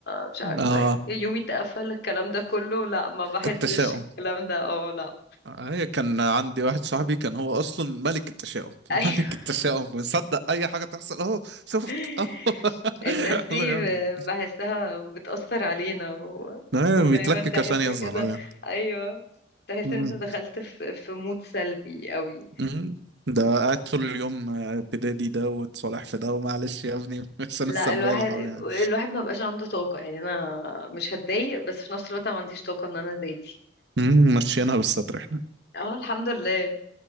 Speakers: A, on the left; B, on the right.
A: مش عارفة
B: اه
A: يومي اتقفل الكلام ده كله لا ما بحسش
B: التشاؤم
A: الكلام ده اه لا
B: هي كان عندي واحد صاحبي كان هو اصلا ملك التشاؤم
A: <laughs> ايوه
B: <laughs> ملك التشاؤم ويصدق اي حاجة تحصل اهو شفت
A: <laughs>
B: اهو <laughs>
A: الناس دي
B: الله يا
A: ب-
B: ابني
A: بحسها بتأثر علينا و...
B: آه،
A: ودايما
B: بيتلكك
A: تحس
B: عشان يزعل
A: كده ايوه تحس
B: ايوه
A: انت دخلت في في مود سلبي قوي
B: مم. ده قاعد طول اليوم آه، تدادي ده وتصالح في ده ومعلش يا ابني <laughs> مش انا
A: لا
B: السلبيه
A: الواحد
B: اللي حوالينا يعني
A: الواحد ما بقاش عنده طاقة يعني انا مش هتضايق بس في نفس الوقت أنا ما عنديش طاقة ان انا زي دي
B: مم، ماشيينها بالستر احنا
A: اه الحمد لله